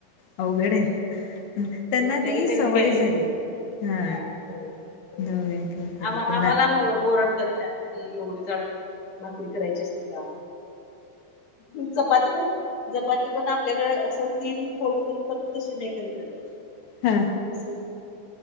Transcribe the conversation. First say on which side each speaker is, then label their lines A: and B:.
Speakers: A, on the left (about 85°); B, on the left (about 50°).
A: अवघड आहे त्यांना
B: नवीन
A: ती
B: नवीन
A: सवय
B: काहीतरी
A: झाली हा
B: हा
A: नवीन काहीतरी
B: आम आम्हाला
A: त्यांना
B: ओरड कि एवढे जाड भाकरी करायची असती का. चपाती पण चपाती पण आपल्याकडे असं तीन फोल्ड करून त नाही करतील अस
A: हा